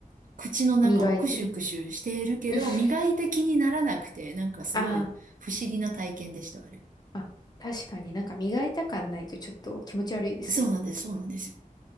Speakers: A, on the right; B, on the left.
A: 口の中をクシュクシュしているけど、
B: 磨いてる。<laughs>
A: 磨いた気にならなくて、なんかすごい不思議な体験でした、
B: あ
A: あれ。
B: あ。あ、確かになんか磨いた感ないとちょっと気持ち悪いですよね。
A: そうなんです、そうなんですよ。